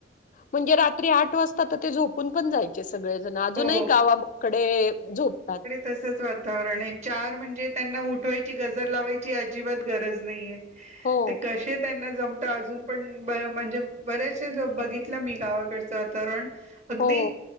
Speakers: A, on the left; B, on the right.
A: म्हणजे रात्री आठ वाजता तर ते झोप पून पण जायचे सगळेजण, अजूनही
B: हो
A: गावाकडे झोपतात.
B: तसंच वातावरण आहे, चार म्हणजे त्यांना उठवायची गजर लावायची अजिबात गरज नाहीेये.
A: हो
B: ते कश. ते त्यांना जमतं अजून पण ब म्हणजे बरेचसे लोक बघितलं मी गावाकडचं वातावरण. अगदी
A: हो